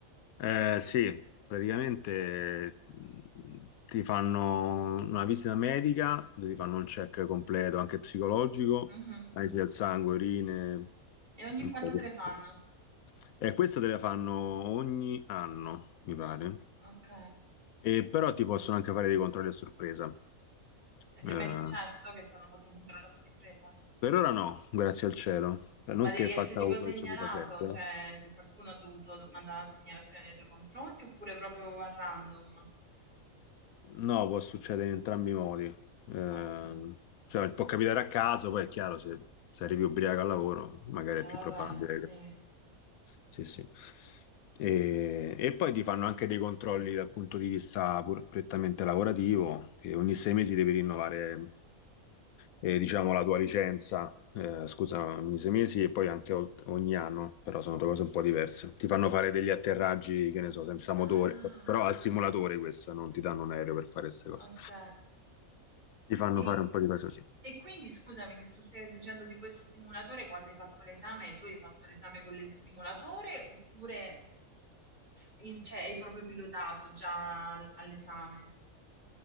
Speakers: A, on the left; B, on the right.
A: Eh, sì, praticamente mh, ti fanno una visita medica dove ti fanno un check completo, anche psicologico,
B: Mhm.
A: analisi del sangue, urine.
B: E ogni
A: un
B: quanto
A: po' di
B: te le fanno?
A: cose. E questo te le fanno ogni anno, mi pare.
B: Ok.
A: E però ti possono anche fare dei controlli a sorpresa.
B: E ti
A: Eh,
B: è mai successo che ti hanno fatto un controllo a sorpresa?
A: Per ora no, grazie al cielo. Cioè, Non
B: Ma devi
A: che
B: essere
A: faccia
B: tipo
A: uso
B: segnalato,
A: di stupefacenti,
B: cioè
A: eh.
B: qualcuno ha dovuto mandare una segnalazione nei tuoi confronti oppure proprio a random?
A: No, può succedere in entrambi i modi. Eh,
B: Ok, e
A: cioè, può capitare a caso, poi è chiaro, se, se arrivi ubriaco al lavoro, magari è più
B: vabbè,
A: probabile.
B: sì.
A: Sì, sì. E, e poi ti fanno anche dei controlli dal punto di vista pur- prettamente lavorativo, che ogni sei mesi devi rinnovare, eh, diciamo, la tua licenza, eh, scusa, ogni sei mesi e poi anche o- ogni anno, però sono due cose un po' diverse. Ti fanno fare degli atterraggi, che ne so, senza
B: Ah,
A: motore, però al simulatore questo, non ti danno un aereo per fare queste cose.
B: ok.
A: Ti fanno
B: E,
A: fare un po' di cose così.
B: e quindi scusami se tu stai dicendo di questo simulatore, quando hai fatto l'esame, tu hai fatto l'esame con il simulatore oppure s- in- cioè, hai proprio pilotato già al- all'esame?